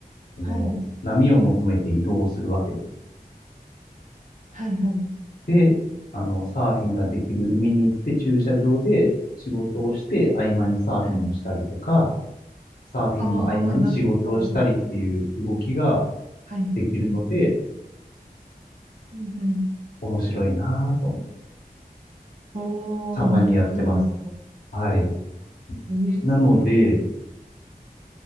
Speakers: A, on the left; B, on the right.
A: あの、
B: はい、
A: 波を求めて移動するわけです。
B: はい、はい、
A: で、あの、サーフィンができる海に行って駐車場で仕事をして合間にサーフィンをしたりとか、
B: はい。
A: サーフィンの合間に仕事をしたりっていう動きが
B: ああ、なるほど。はい。
A: できるので、
B: うん、うん。
A: 面白いなぁと思って
B: おー、
A: たまにやってます。
B: なるほど。
A: はい。
B: ええ
A: なので、